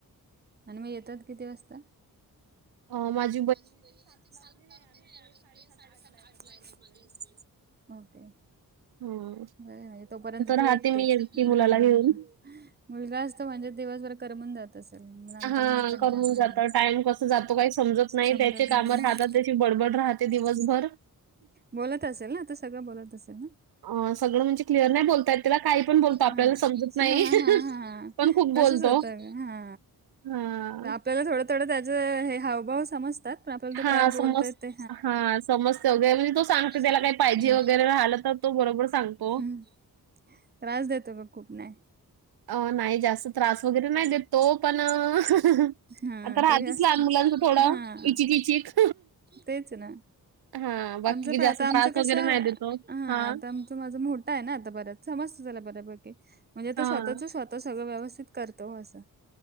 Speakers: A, on the right (about 25°); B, on the right (about 85°).
A: आणि मग येतात किती वाजता.
B: ह माझ्या.
A: माझी बहिण ते सात ला वगैरे आणि ते साडेसात आठ ला येतात माझे मिस्टर.
B: हम्म.
A: होय होय तोपर्यंत तू
B: राहते
A: एकटीच
B: मी एकटी
A: हा
B: मुलाला
A: हा.
B: घेऊन.
A: मुलगा असत म्हणजे दिवसभर करमून जात. असेल मग नंतर
B: हा
A: मग कंटाळ
B: करून
A: हा
B: जात टाइम कस जातो काही समजत नाय
A: समजत
B: त्याचे काम
A: नाही
B: राहतात
A: मग
B: त्याची बडबड राह ते दिवसभर.
A: बोलत असेल ना आता सगळं बोलत असेल ना?
B: अ -सगळ म्हणजे क्लिअर नाय बोलता येत त्याला काय पण बोलतो आपल्याला
A: हा
B: समजत नाय.
A: हा हा हा
B: पण खूप बोलतो
A: तसच होत ग हा.
B: हा.
A: आपल्याला थोडं थोडं त्याचं हे हावभाव समजतात. पण आपल्याला तो
B: हा
A: काय
B: समज
A: बोलतोय ते
B: हा समजत म्हणजे तो सांगते
A: हम्म.
B: त्याला काय पाहिजे वगैरे राहल तर तो बरोबर सांगतो.
A: हम्म. त्रास देतो का खूप नाय?
B: अ -नाय जास्त त्रास वगैरे नाय देत तो पण आता
A: हा
B: राहतीच
A: तरी असत
B: लहान मुलांच थोडं
A: हा
B: इचिक इचिक.
A: तेच ना
B: हां, बाकी
A: आमचं पन
B: जास्त
A: आता आमचं
B: त्रास
A: कसं
B: वगैरे नाही देत तो.
A: हा
B: हां,
A: आता तो माझा मोठा आहे ना बराच समजत त्याला बऱ्यापैकी म्हणजे तो
B: हां.
A: स्वतःच स्वत तो सगळं व्यवस्थित करतो असं.